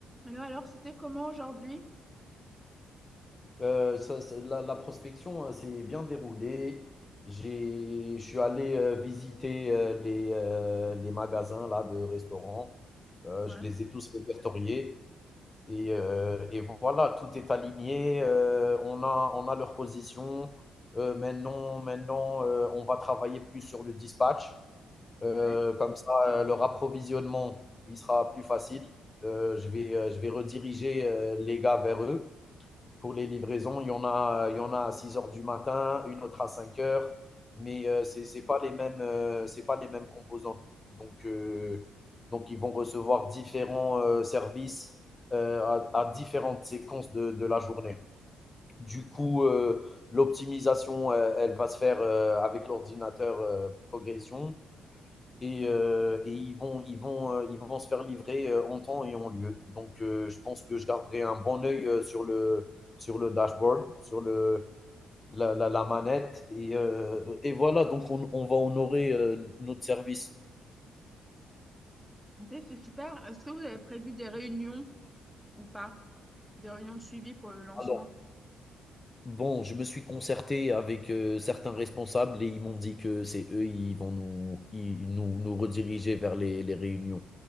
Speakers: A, in the centre; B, on the left (about 25°).
A: Alors, alors, c'était comment aujourd'hui?
B: Heu, ça ça la la prospection, heu, s'est bien déroulée. J'ai je suis allé, heu, visiter, heu, les, heu, les magasins là de restaurants. Heu,
A: Ouais,
B: je les ai tous répertoriés et heu et voilà, tout est aligné, heu, on a on a leur position. Heu, maintenant maintenant, heu, on va travailler plus sur le dispatch. Heu,
A: ouais.
B: comme ça, heu, leur approvisionnement, il sera plus facile. Heu, je vais, heu, je vais rediriger, heu, les gars vers eux pour les livraisons. Il y en a, il y en a à 6 heures du matin, une autre à 5 heures, mais euh, c'est c'est pas les mêmes, euh, c'est pas les mêmes composants. Donc, euh, donc ils vont recevoir différents euh, services euh, à, à différentes séquences de, de la journée. Du coup, euh, l'optimisation, euh, elle va se faire euh, avec l'ordinateur euh, progression et, euh, et ils, vont, ils, vont, euh, ils vont se faire livrer euh, en temps et en lieu. Donc, euh, je pense que je garderai un bon œil euh, sur le, sur le dashboard, sur le, la, la, la manette. Et, euh, et voilà, donc on, on va honorer euh, notre service.
A: Ok, c'est super. Est-ce que vous avez prévu des réunions ou pas? Des réunions de suivi pour le lancement?
B: Alors, Bon, je me suis concerté avec euh, certains responsables et ils m'ont dit que c'est eux, ils vont nous, ils- nous, nous rediriger vers les, les réunions.